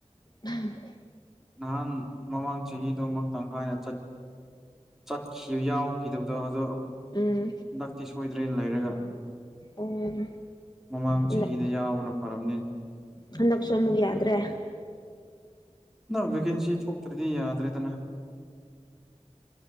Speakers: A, on the left; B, in the centre.
A: ꯎꯝ
B: ꯅꯍꯥꯟ ꯃꯃꯥꯡ ꯆꯍꯤꯗ ꯑꯃ ꯇꯪꯈꯥꯏꯅ ꯆꯠ ꯆꯠꯈꯤꯕ ꯌꯥꯎꯈꯤꯗꯕꯗꯣ ꯑꯗꯣ
A: ꯎꯝ
B: ꯗꯛꯇꯤ ꯁꯣꯏꯗ꯭ꯔꯦꯅ ꯂꯩꯔꯒ
A: ꯎꯝ
B: ꯃꯃꯥꯡ
A: ꯍꯟꯗꯛ
B: ꯆꯍꯤꯗ ꯌꯥꯎꯕꯅ ꯐꯔꯝꯅꯦ
A: ꯍꯟꯗꯛꯁꯨ ꯑꯃꯨꯛ ꯌꯥꯗ꯭ꯔꯦ
B: ꯅꯪ ꯚꯦꯀꯦꯟꯁꯤ ꯊꯣꯛꯇ꯭ꯔꯗꯤ ꯌꯥꯗ꯭ꯔꯦꯗꯅ